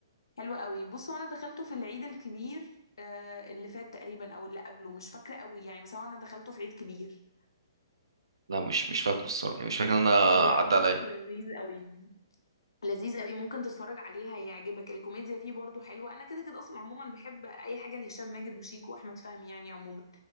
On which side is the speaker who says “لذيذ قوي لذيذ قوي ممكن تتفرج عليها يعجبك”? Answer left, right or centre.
Left